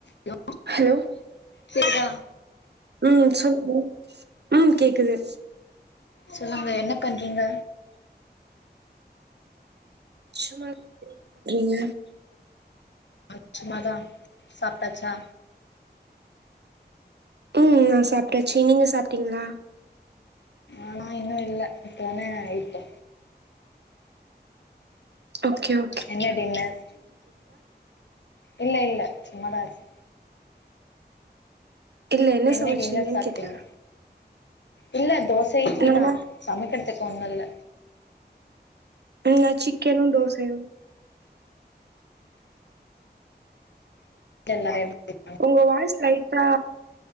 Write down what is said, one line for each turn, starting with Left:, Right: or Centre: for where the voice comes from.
Left: ஹலோ
Right: ஹலோ
Left: கேக்குதா
Right: ம் சொல்லுங்க ம் கேக்குது
Left: சொல்லுங்க என்ன பண்றீங்க
Right: சும்மா <inaudible> றீங்க
Left: ஆ சும்மாதா சாப்ட்டாச்சா
Right: ம் நா சாப்ட்டாச்சு நீங்க சாப்ட்டீங்ளா
Left: ஆனா இன்னு இல்ல இப்ப ஒன்னே ஆயிட்டே
Right: ஓகே ஓ
Left: என்ன டின்னர் இல்ல இல்ல சும்மாதா இருக்
Right: இல்ல
Left: இன்னைக்
Right: சமச்சீங்கன்னு
Left: என்ன சாப்ட்டீங்க
Right: கேட்டே
Left: இல்ல தோச இட்லி
Right: நானா
Left: தா சமைக்றத்துக்கு ஒன்னு இல்ல
Right: ம் நா சிக்கனு டோசையு
Left: டெல்ல எப்டின்னு
Right: உங்க வாய்ஸ் லைட்டா